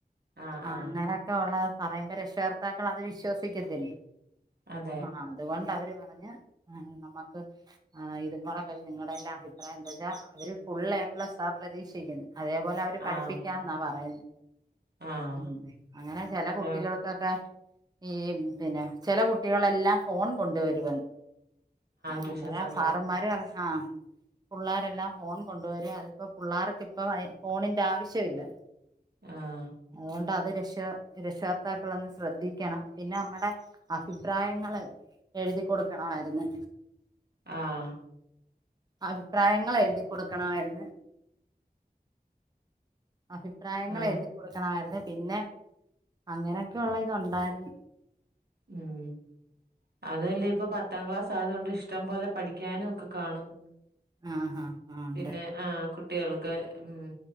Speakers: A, on the right; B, on the right.
A: ആഹ് ആഹ്
B: അങ്ങനെ ഒക്കെ ഉള്ള പറയുമ്പ രക്ഷാകർത്താക്കൾ അത് വിശ്വസിക്കത്തില്ലേ
A: അതെ
B: ആഹ് അതുകൊണ്ട് അവര് പറഞ്ഞ് ഏഹ് നമ്മക്ക് ആഹ് ഇതും കൂടെ കഴിഞ്ഞ് നിങ്ങളുടെ എല്ലാം അഭിപ്രായം എന്താ വച്ചാ അവര് ഫുള്ളെ എപ്ലസ്സാ പ്രതീക്ഷിക്കുന്നേ അതേപോലെ അവര് പഠിപ്പിക്കാ
A: ആഹ്
B: എന്നാ പറയുന്നെ,
A: ആഹ്
B: ഹ്മ്മ് അങ്ങനെ ചെല കുട്ടികള്
A: ഏഹ്
B: ൾക്കൊക്കെ, ഈ പിന്നെ ചെല കുട്ടികളെല്ലാം ഫോൺ കൊണ്ടുവരുവെന്ന് ആഹ്
A: ട്യൂഷൻ
B: അന്നേരം
A: സെന്ററ്
B: സാറമ്മാര് പറഞ്ഞ് ആഹ് പുള്ളേരല്ലാം ഫോൺ കൊണ്ട് വരാ അതിപ്പം പിള്ളേർക്ക്പ്പം അയ് ഫോണിന്റെ ആവശ്യമില്ലല്ലോ
A: ആഹ്.
B: അതുകൊണ്ട് അത് രക്ഷ രക്ഷകർത്താക്കളൊന്ന് ശ്രദ്ധിക്കണം. പിന്നെ നമ്മടെ അഭിപ്രായങ്ങള് എഴുതി കൊടുക്കണമായിരുന്ന്
A: ആഹ്.
B: അഭിപ്രായങ്ങള് എഴുതി കൊടുക്കണമായിരുന്ന്. അഭിപ്രായങ്ങള്
A: ആഹ്
B: എഴുതി കൊടുക്കണമായിരുന്ന്. പിന്നെ അങ്ങനൊക്കെയുള്ള ഇത് ഉണ്ടായിരുന്ന്.
A: ഹ്മ്മ്, അതുവല്ല ഇപ്പ പത്താം ക്ലാസ് ആയതു കൊണ്ട് ഇഷ് ട്ടം പോലെ പഠിക്കാനും ഒക്കെ കാണും.
B: ആഹാ ആ ഉണ്ട്
A: പിന്നെ ആഹ് കു ട്ടികൾക്ക് ഹ്മ്മ്